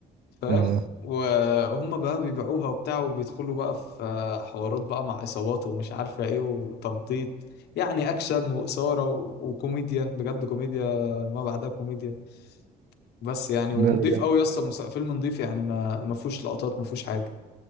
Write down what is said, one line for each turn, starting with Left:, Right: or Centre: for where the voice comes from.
Left: فاهم
Right: اه
Left: وهم بقى بيبيعوها وبتاع وبيدخلوا بقى في حوارات بقى مع عصابات ومش عارفة ايه وتنطيط يعني اكشن واثارة و- وكوميديا بجد كوميديا ما بعدها كوميديا بس يعني
Right: لا
Left: ونضيف
Right: لا
Left: قوي يا اسطى مس- فيلم نضيف يعني ما ما فيهوش لقطات ما فيهوش حاجة